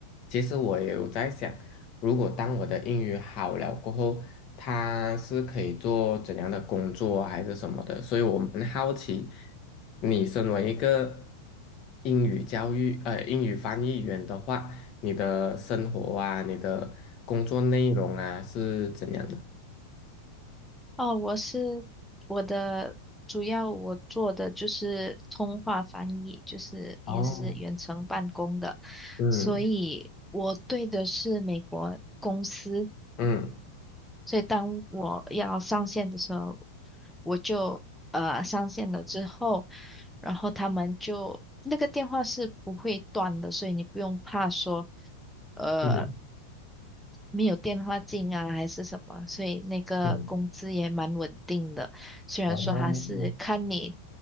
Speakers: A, on the left; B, in the centre.
A: 其实我也有在想，如果当我的英语好了过后，它是可以做怎样的工作啊还是什么的，所以我蛮好奇，你身为一个英语教育呃英语翻译员的话，你的生活啊，你的工作内容啊是怎样的？
B: 哦，我是我的主要我做的就是通话翻译，就是也是远程办公的，
A: 哦，嗯
B: 所以我对的是美国公司，
A: 嗯
B: 所以当我要上线的时候，我就呃上线了之后，然后他们就那个电话是不会断的，所以你不用怕说。呃。
A: 嗯。
B: 没有电话进啊，还是什么，所以那个工资也蛮稳定的。
A: 是
B: 虽然说他是看你
A: 哦，